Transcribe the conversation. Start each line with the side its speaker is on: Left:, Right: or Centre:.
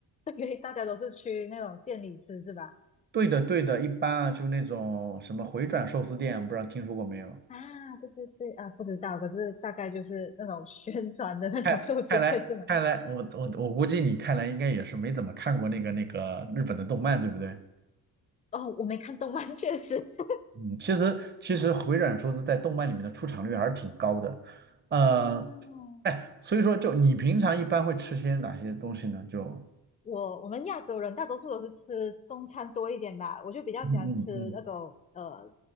Left: <laughs> 对，大家都是去那种店里吃是吧？
Right: 对的，对的，一般啊，就那种什么回转寿司店，不知道听说过没有？
Left: 啊，对对对啊，不知道，可是大概就是那种宣传的那种寿司店是吗？
Right: 看，看来，看来，我我我估计你看来应该也是没怎么看过那个那个日本的动漫，对不对？
Left: 哦，我没看动漫，确实。<laughs>
Right: 嗯，其实其实回转寿司在动漫里面的出场率还是挺高的，呃，
Left: 哦，
Right: 哎，所以说就你平常一般会吃些哪些东西呢？就
Left: 我我们亚洲人大多数都是吃中餐多一点吧，我就比较喜欢吃那种呃
Right: 嗯嗯嗯